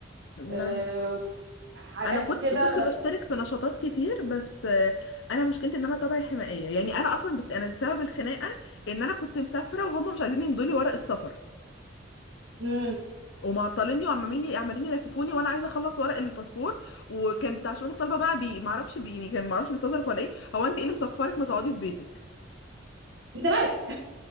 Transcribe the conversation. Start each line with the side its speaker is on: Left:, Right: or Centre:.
Left: لا
Right: آه، حاجات
Left: انا كنت
Right: كده
Left: كنت بشترك في نشاطات كتير بس آه، انا مشكلتي ان انا طبعي حمائيه يعني انا اصلا بس انا سبب الخناقه ان انا كنت مسافره وهم مش عايزين يمضوا لي ورق السفر
Right: مم.
Left: ومعطليني وعمالين عمالين يلففوني وانا عايزه اخلص ورق الباسبور وكان بتاع شؤون الطلبه بقى بي معرفش بي يعني كان معرفش بيستظرف ولا ايه هو انت ايه اللي مسفرك ما تقعدي في بيتك
Right: انت مالك